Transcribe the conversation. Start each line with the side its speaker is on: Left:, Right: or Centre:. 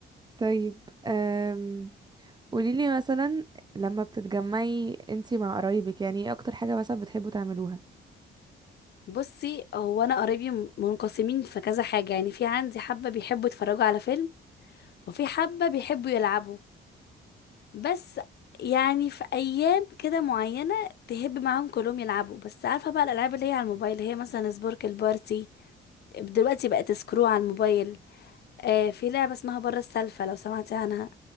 Right: طيب أم... قوليلي مثلا لما بتتجمعي انتي مع قرايبك يعني ايه اكتر حاجة مثلا بتحبوا تعملوها
Left: بصي هو انا قرايبي م- منقسمين في كذا حاجه يعني في عندي حبه بيحبوا يتفرجوا على فيلم وفي حبه بيحبوا يلعبوا بس يعني في ايام كده معينه تهب معاهم كلهم يلعبوا بس عارفه بقى الالعاب اللي هي على الموبايل اللي هي مثلا سبورك البارتي دلوقتي بقت سكرو على الموبايل آه في لعبه اسمها بره السالفه لو سمعتي عنها